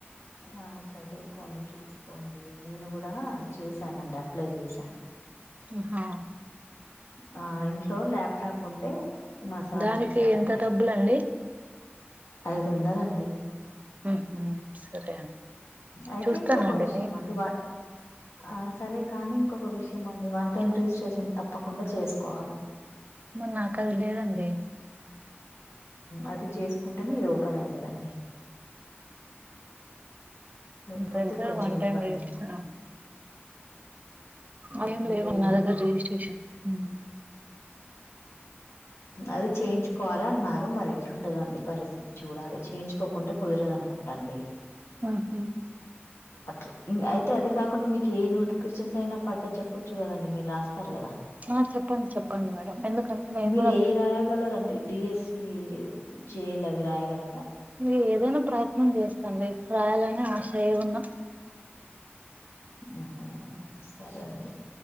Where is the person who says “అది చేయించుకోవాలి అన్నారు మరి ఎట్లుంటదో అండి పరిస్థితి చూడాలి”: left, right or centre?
Left